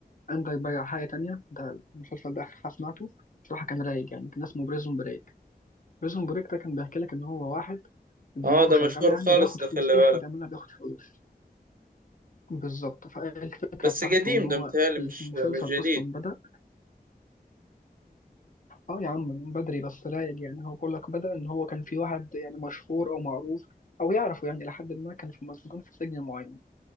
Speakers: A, on the left; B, on the right.
A: عندك بقى حاجة تانية ده المسلسل ده آخر حاجة سمعته بصراحة كان رايق يعني كان اسمه بريزون بريك بريزون بريك ده كان بيحكي لك إن هو واحد دماغه
B: اه ده
A: شغالة
B: مشهور
A: يعني
B: خالص
A: وبياخد
B: ده
A: فلوس
B: خلي
A: أي
B: بالك
A: حد يعملها بياخد فلوس بالظبط فالفكرة
B: بس
A: بتاعته
B: قديم
A: إن هو
B: ده متهيألي
A: المسلسل
B: مش مش جديد
A: أصلا بدأ آه يا عم من بدري بس رايق يعني هو بيقول لك بدأ إن هو كان في واحد يعني مشهور أو معروف أو يعرفه يعني لحد ما كان في مسجون في سجن معين